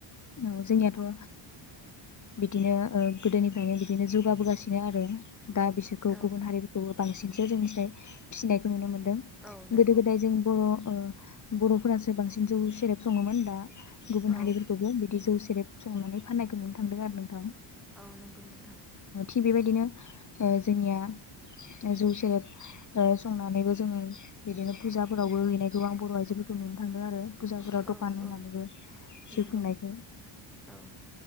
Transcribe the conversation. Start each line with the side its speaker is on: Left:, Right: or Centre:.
Left: औ जोंनियाथ' ओ बिदिनो ओ गोदोनिफ्रायनो बिदिनो जौगाबोगासिनो आरो। दा बिसोरखौ
Centre: औ
Left: गुबुन हारिफोरखौ बांसिनसो जोंनिफ्राय फिसिनायखौ नुनो मोनदों।
Centre: औ नंगौ
Left: गोदो गोदाय जों बर' बर'फोरासो बांसिन जौ सेरेब सङोमोन दा? गुबुन हारिफोरखौबो
Centre: औ
Left: बिदि जौ जेब सुंनानै फाननायखौ नुनो थांदों आरो नोंथां।
Centre: औ। नंगौ नोंथां।
Left: थिग बेबायदिनो जोंनिया जौ सेरेेब संनानैबो जोङो, बिदिनो फुजाफोरावबो हैनायखौ आं बर' आइजोफोरखौ नुनो थांदों आरो। फुजाफोराव
Centre: औ
Left: दखान
Centre: औ
Left: होनानैबो जि
Centre: नंगौ
Left: खुंनायखौ
Centre: औ